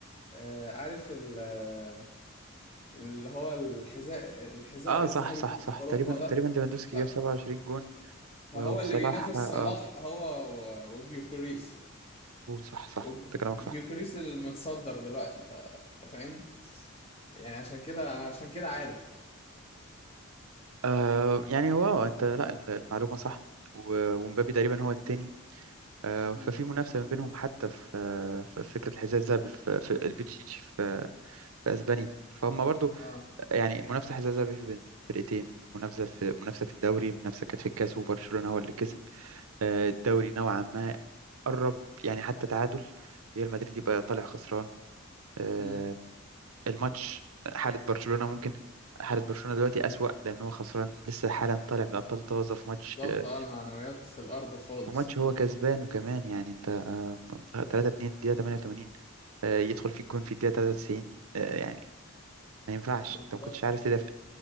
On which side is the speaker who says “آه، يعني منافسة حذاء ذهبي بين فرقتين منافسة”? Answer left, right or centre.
Right